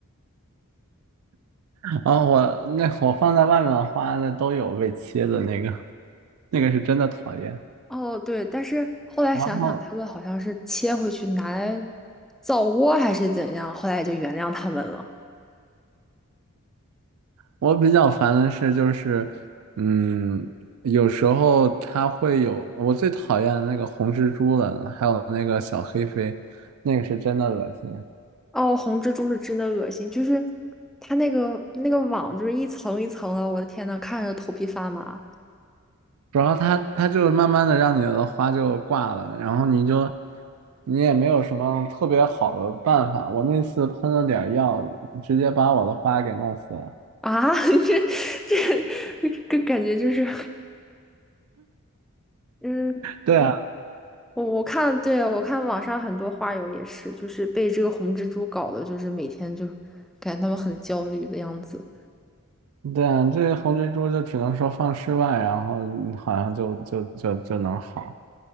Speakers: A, on the right; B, in the centre.
A: 啊，我那我放在外面的花，那都有被切的那个，那个是真的讨厌。
B: 哦，对，但是后来想想，
A: 然后
B: 它们好像是切回去拿来造窝还是怎样，后来也就原谅它们了。
A: 我比较烦的是，就是，嗯，有时候它会有，我最讨厌的那个红蜘蛛了，还有那个小黑飞，那个是真的恶心。
B: 哦，红蜘蛛是真的恶心，就是它那个那个网就是一层一层的，我的天呐，看着头皮发麻
A: 主要它它就是慢慢的让你的花就挂了，然后你就你也没有什么特别好的办法。我那次喷了点儿药，直接把我的花给弄死了。
B: 啊！<laughs> 这这这感觉就是。嗯，
A: 对啊，
B: 我我看，对，我看网上很多花友也是，就是被这个红蜘蛛搞的，就是每天就感觉他们很焦虑的样子。
A: 对啊，这个红蜘蛛就只能说放室外，然后嗯好像就就就就能好